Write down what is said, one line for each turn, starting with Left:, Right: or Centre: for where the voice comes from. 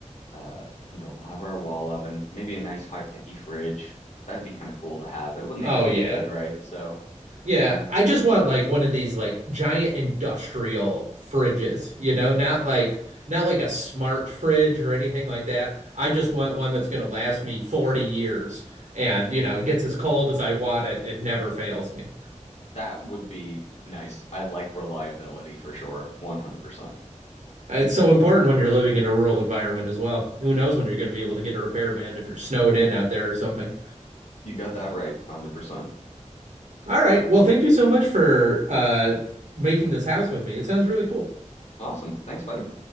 Left: uh you know, we'll have our wall oven, maybe a nice high-techy fridge. That'd be kind of cool to have. It would make
Right: Oh
Left: it look
Right: yeah.
Left: good, right? So,
Right: Yeah,
Left: and
Right: I just want like one of these like giant industrial fridges, you know, not like not like a smart fridge or anything like that. I just want one that's gonna last me 40 years and, you know, it gets as cold as I want it and never fails me.
Left: that would be nice. I like reliability for sure. 100%.
Right: It's so important when you're living in a rural environment as well. Who knows when you're going to be able to get a repairman if you're snowed in out there or something.
Left: You got that right. 100%.
Right: All right. Well, thank you so much for uh making this house with me. It sounds really cool.
Left: Awesome. Thanks, buddy.